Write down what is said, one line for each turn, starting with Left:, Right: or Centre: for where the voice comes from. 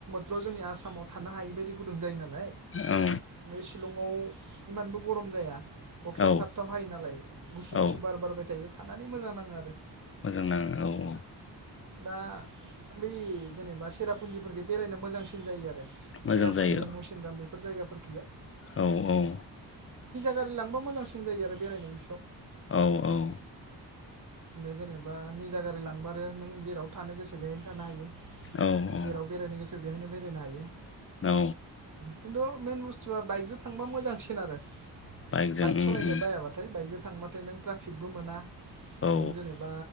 Right: बाव जोंनि आसामाव थानो हायि बायदि गुुदुं जायो नालाय।
Left: औ
Right: नाय बे शिलंआव इमानबो गरम जाया। अखाया
Left: औ
Right: थाब थाब हायो नालाय गुसु
Left: औ
Right: गुसु बार बारबाय थायो। थानानै मोजां नाङो आरो।
Left: मोजां नाङो औ औ।
Right: दा बै जेनेबा सेरापुन्जिफोरजों बेरायनो मोजांसिन जायो आरो।
Left: मोजां
Right: सेराफुनजि
Left: जायो
Right: मुसिनराम बे बेफोर जायगाफोरखियो
Left: औ औ
Right: गारि लांबा मोजांसिन जायो आरो। बेरायनो बेफोराव
Left: औ औ औ।
Right: बे जेनेबा निजा गारि लांबारो नों जेराव थानो गोसो बेहायनो थानो हायो।
Left: औ औ
Right: जेराव बेरायनो गोसो बेहायनो बेरायनो हायो।
Left: औ
Right: खिन्थु मेन बुस्थुआ बाइकजों थांबा मोजांसिन आरो।
Left: बाइकजों
Right: बाइक
Left: उम
Right: सलायनो
Left: उम
Right: बायाबाथाय बाइकजों थांबाथाय नों ट्राफिकबो मोना
Left: औ
Right: नों जेनेबा